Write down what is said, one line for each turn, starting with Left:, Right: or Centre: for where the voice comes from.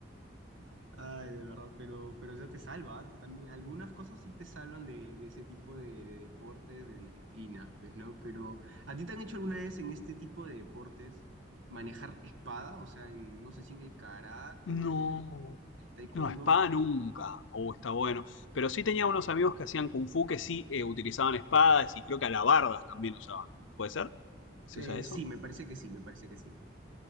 Right: Ay, de verdad, pero, pero ya te salva. ¿Ah? te- también, algunas cosas sí te salvan de, de ese tipo de, de deportes, de disciplinas, pues, ¿no? Pero, ¿a ti te han hecho alguna vez en este tipo de deportes manejar espada? O sea, en- no sé si en el karate
Left: No.
Right: o en el, en el taekwondo.
Left: No, espada nunca. Oh, está bueno. Pero sí tenía unos amigos que hacían kung fu que sí eh, utilizaban espadas y creo que alabardas también usaban. ¿Puede ser? ¿Se
Right: Eh,
Left: usa eso?
Right: sí, me parece que sí, me parece que sí.